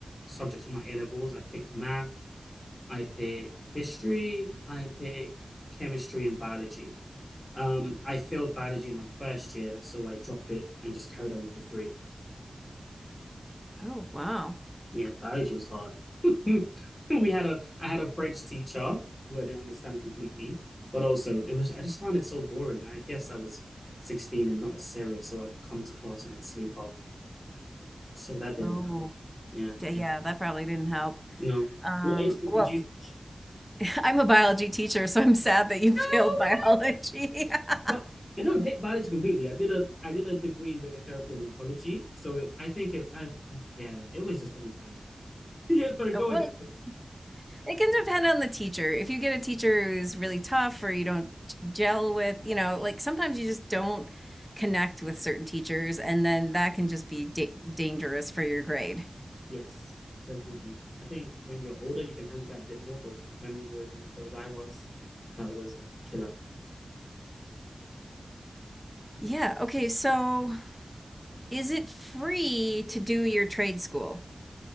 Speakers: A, on the left; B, in the centre.
A: subjects for my A levels. I picked math, I picked history, I picked chemistry and biology. Um, I failed biology in my first year, so I dropped it and just carried on with the three.
B: Oh, wow.
A: Yeah, biology was hard. <laughs> We had a I had a French teacher who I didn't understand completely, but also it was I just found it so boring. I guess I was 16 and not as serious, so I'd come to class and I'd sleep off. So that didn't
B: Oh,
A: help. Yeah.
B: d- yeah, that probably didn't help.
A: No.
B: Um,
A: What age group
B: well,
A: did you teach?
B: <laughs> I'm a biology teacher, so I'm sad that you
A: No
B: failed biology.
A: way.
B: <laughs>
A: Well, I don't hate biology completely. I did a I did a degree in radiotherapy and oncology, so it, I think it I yeah, it was just really bad. <laughs> Yeah, sorry, go
B: Well,
A: ahead.
B: it can depend on the teacher. If you get a teacher who's really tough or you don't gel with, you know, like sometimes you just don't connect with certain teachers, and then that can just be da dangerous for your grade.
A: Yes, definitely. I think when you're older, you can handle that a bit more, but when you were as immature as I was, that was a killer.
B: Yeah, okay, so is it free to do your trade school?